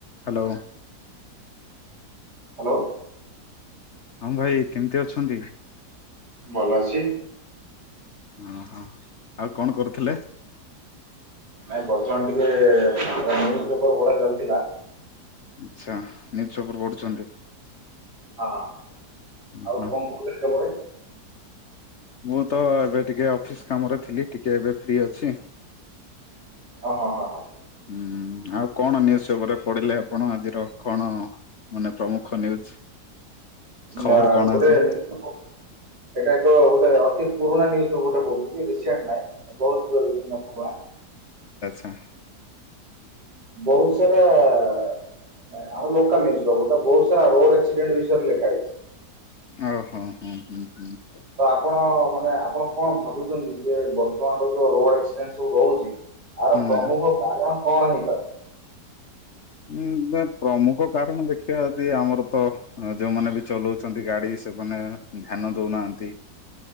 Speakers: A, on the left; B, on the right.
A: ହ୍ୟାଲୋ।
B: ହ୍ୟାଲୋ।
A: ହଁ ଭାଇ କେମିତି ଅଛନ୍ତି?
B: ମଲାଛିୀ।
A: ଓହୋ ଆଉ କଣ କରୁଥିଲେ?
B: ନାଇଁ ବର୍ତ୍ତମାନ ଟିକେ ନିୁଜ ପେପର ପଡା ଚାଲିଥିଲା
A: ଆଚ୍ଛା ନିୁଜ ପେପର ପଢୁଛନ୍ତି
B: ହ ହ ଆଉ
A: ହଁ।
B: କଣ କା ପରେ?
A: ମୁଁ ତ ଏବେ ଟିକେ ଅଫିସ କାମରେ ଥିଲି ଟିକେ ଏବେ ଫ୍ରି ଅଛି?
B: ହଁ ହଁ ହଁ ହଁ
A: ହୁଁ ଆଉ କଣ ନ୍ୟୁଜ୍ ପେପରରେ ପଢିଲେ ଆପଣ ଆଜିର କଣ? ମାନେ ପ୍ରମୁଖ ନ୍ୟୁଜ। ଖବର
B: ନା
A: କଣ
B: ଗୋଟେ
A: ଅଛି?
B: ଏଟା ଏକ ଗୋଟେ। ପୁରୁଣା ନ୍ୟୁଜ୍ ପେପର ଟା ପଢୁଛି ରିସେଣ୍ଟ ନାଇଁ ବହୁତ ପୁରୁଣା।
A: କତା <unintelligible>
B: ବହୁତ ସାରା। ଆମ ଲୋକାଲ୍ ଏଇଟା ବହୁତ ସାରା ରୋଡ଼ ଆକ୍ସିଡେଣ୍ଟ ବିଷୟରେ ଲେଖା ହେଇଛି।
A: ଓ ହୋ ହୋ ହଁ ହଁ।
B: ତ ଆପଣ ମାନେ ଆପଣ କଣ ଭାବୁଛନ୍ତି ଯେ ବର୍ତ୍ତମାନର ଯୋଉ ରୋଡ଼ ଆକ୍ସିଡେଣ୍ଟ ସବୁ ହେଉଛି। ଏହାର
A: ହୁଁ।
B: ପ୍ରମୁଖ କାରଣ କଣ ହେଇପାରେ?
A: ଉଁ ପ୍ରମୁଖ କାରଣ ଦେଖିବା ଯଦି ଆମର ତ ଯୋଉମାନେ ବି ଚଲାଉଛନ୍ତି ଗାଡ଼ି। ସେମାନେ ଧ୍ୟାନ ଦଉନାହାନ୍ତି।